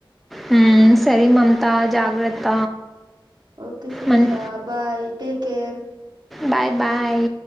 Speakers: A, in the centre; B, on the right.
A: హుమ్ సరే మమతా జాగ్రత్త
B: ఓకే Sirisha
A: మన్
B: bye take care
A: bye bye